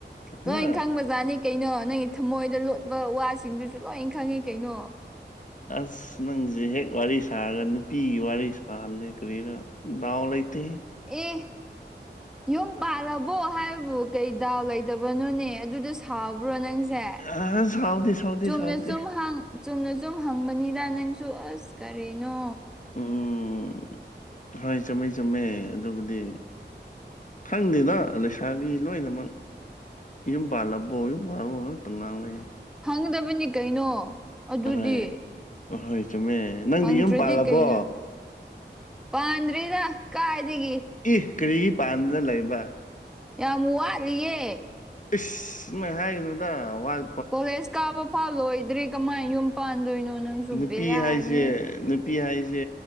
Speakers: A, on the left; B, in the centre.
A: ꯍꯥ
B: ꯂꯣꯏ ꯈꯪꯕꯖꯥꯠꯅꯤ ꯀꯩꯅꯣ ꯅꯪꯒꯤ ꯊꯃꯣꯏꯗ ꯂꯣꯠꯄ ꯋꯥꯁꯤꯡꯗꯨꯁꯨ ꯂꯣꯏ ꯈꯪꯉꯤ ꯀꯩꯅꯣ
A: ꯑꯁ ꯅꯪꯖꯦ ꯍꯦꯛ ꯋꯥꯔꯤ ꯁꯥꯔꯒ ꯅꯨꯄꯤꯒꯤ ꯋꯥꯔꯤ ꯁꯥꯍꯜꯂꯦ ꯀꯔꯤꯔ ꯗꯥꯎ ꯂꯩꯇꯦꯍꯦ꯫
B: ꯑꯦ ꯌꯨꯝ ꯄꯥꯜꯂꯕꯣ ꯍꯥꯏꯕꯕꯨ ꯀꯩ ꯗꯥꯎ ꯂꯩꯇꯕꯅꯣꯅꯦ ꯑꯗꯨꯗ ꯁꯥꯎꯕ꯭ꯔꯣ ꯅꯪꯁꯦ
A: ꯑ ꯁꯥꯎꯗꯦ ꯁꯥꯎꯗꯦ
B: ꯆꯨꯝꯅ
A: ꯁꯥꯎꯗꯦ
B: ꯁꯨꯝ ꯍꯪ ꯆꯨꯝꯅ ꯁꯨꯝ ꯍꯪꯕꯅꯤꯗ ꯅꯪꯁꯨ ꯑꯁ ꯀꯔꯤꯅꯣ
A: ꯎꯝ ꯍꯣꯏ ꯆꯨꯝꯃꯦ ꯆꯨꯝꯃꯦ ꯑꯗꯨꯕꯨꯗꯤ ꯈꯪꯗꯦꯗ ꯂꯩꯁꯥꯕꯤ ꯂꯣꯏꯅꯃꯛ ꯌꯨꯝ ꯄꯥꯜꯂꯕꯣ ꯌꯨꯝ ꯄꯥꯜꯂꯕꯣ ꯉꯥꯛꯇꯪ ꯉꯥꯡꯂꯩꯌꯦ
B: ꯍꯪꯒꯗꯕꯅꯤ ꯀꯩꯅꯣ ꯑꯗꯨꯗꯤ
A: ꯑꯍꯣꯏ ꯑꯍꯣꯏ ꯆꯨꯝꯃꯦ ꯅꯪꯗꯤ
B: ꯍꯪꯗ꯭ꯔꯗꯤ
A: ꯌꯨꯝ ꯄꯥꯜꯂꯕꯣ
B: ꯀꯩꯅꯣ ꯄꯥꯟꯗ꯭ꯔꯤꯗ ꯀꯥꯏꯗꯒꯤ꯫
A: ꯏꯠ ꯀꯔꯤꯒꯤ ꯄꯥꯟꯗꯅ ꯂꯩꯕ
B: ꯌꯥꯝ ꯋꯥꯠꯂꯤꯌꯦ
A: ꯏꯁ ꯃꯥꯏ ꯍꯥꯏꯒꯅꯨꯗ ꯋꯥꯠ
B: ꯀꯣꯂꯦꯖ ꯀꯥꯕ ꯐꯥꯎ ꯂꯣꯏꯗ꯭ꯔꯤ ꯀꯃꯥꯏꯅ ꯌꯨꯝ ꯄꯥꯟꯗꯣꯏꯅꯣ ꯅꯪꯁꯨ
A: ꯅꯨꯄꯤ
B: ꯕꯦꯔꯅꯤ
A: ꯍꯥꯏꯁꯦ
B: ꯍꯦ
A: ꯅꯨꯄꯤ ꯍꯥꯏꯁꯦ